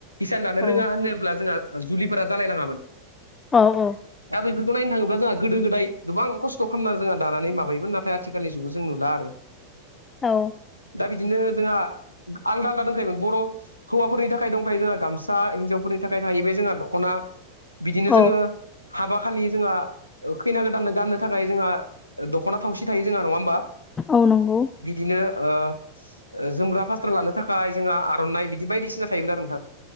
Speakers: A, on the left; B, on the left.
A: इसान दानो
B: औ
A: रोङा होनोब्ला जोंहा जुलिफोरा जालायलाङामोन
B: औ औ
A: दा बेफोरखौ नायनो थाङोब्ला जोंहा गोदो गोदाय गोबां खस्थ' खालामना जोंङा दानानै माबायोमोन नाथाय आथिखालनि जुगाव जों नुला आरो
B: औ
A: दा बिदिनो जोंहा आलदा आलदा दोंखायोमोन बर' हौवाफोरनि थाखाय दंखायो जोंहा गामसा हिनजावफोरनि थाखाय थाहैबाय जोंहा दख'ना बिदिनो
B: औ
A: जोङो हाबा खालि जोंहा खैना गोदाननो गाननो थाखाय जोंहा दख'ना थावसि थायो जोंहा नङा होमबा
B: औ नंगौ
A: बिदिनो ओ जोमग्रा फास्रा लानो थाखाय जोंहा आर'नाइ बिदि बायदिसिना थायोमोन आरो नोंथां